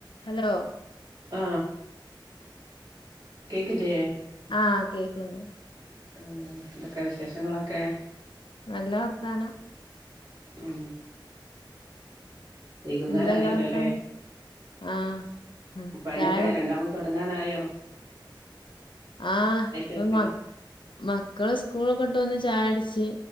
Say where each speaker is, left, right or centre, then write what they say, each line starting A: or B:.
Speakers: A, on the left; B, on the right.
A: Hello
B: ആ കേക്കില്ലേ
A: ആഹ് കേക്ക്ന്ന്
B: ആ എന്തൊക്കെ വിശേഷങ്ങളൊക്കെ
A: നല്ല വർത്താനം
B: ഉം വൈകുന്നേരായല്ലോല്ലേ
A: എന്താ ഇങ്ങളെ വർത്താനം ആഹ് ആഹ്
B: പണിയൊക്കെ
A: ചായ
B: രണ്ടാമത് തുടങ്ങാനായോ
A: ആ പ്പ
B: വെക്കല
A: മക് മക്കള് സ്കൂളൊക്കെട്ട് വന്ന് ചായുടിച്ച്